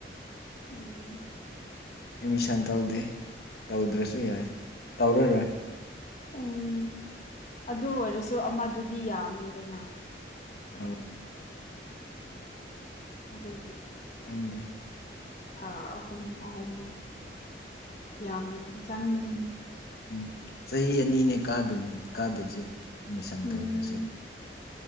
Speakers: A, on the left; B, on the left.
A: ꯎꯝ
B: ꯑꯦꯠꯃꯤꯁꯟ ꯇꯧꯗꯦ ꯇꯧꯗ꯭ꯔꯁꯨ ꯌꯥꯏꯌꯦ ꯇꯧꯔꯥꯔꯣꯏ
A: ꯎꯝ ꯑꯗꯨ ꯑꯣꯏꯔꯁꯨ ꯑꯗꯣ ꯑꯃꯗꯨꯗꯤ ꯌꯥꯝꯃꯦꯗꯅ
B: ꯑ <unintelligible>
A: ꯑꯗꯨꯒꯤ
B: ꯅꯪꯗꯤ
A: ꯊꯥ ꯑꯍꯨꯝ ꯑꯍꯨꯝ ꯌꯥꯝꯅ ꯆꯪꯒꯅꯤ
B: ꯎꯝ ꯆꯍꯤ ꯑꯅꯤꯅꯦ ꯀꯥꯗꯣꯏꯅꯦ ꯀꯥꯗꯣꯏꯁꯦ ꯑꯦꯠꯃꯤꯁꯟ
A: ꯎꯝ
B: ꯇꯧꯗ꯭ꯔꯁꯨ